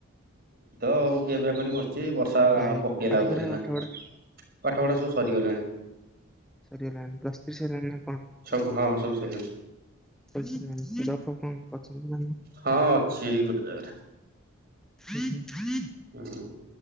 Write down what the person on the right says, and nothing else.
ଆଉ କିଏବିିଆ କରିକି ବସିଛି ବର୍ଷା। ତ
ପକେଇଲାଆଉ
ଥରେ ନା?
ପାଠ ପଢା ସବୁ ସରିଗଲେଣି।
ସବୁ ହଁ ସବୁ ସରିଲାଣି
ହଁ ଅଛନ୍ତି। ସିଏ ହେଇ ଗୋଟେ ଜାଗାରେ।
ହୁଁ